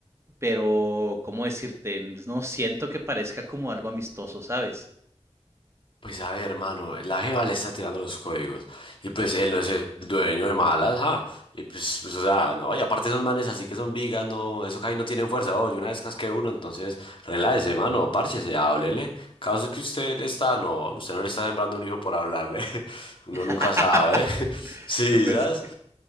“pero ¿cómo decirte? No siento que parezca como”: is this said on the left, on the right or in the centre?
Right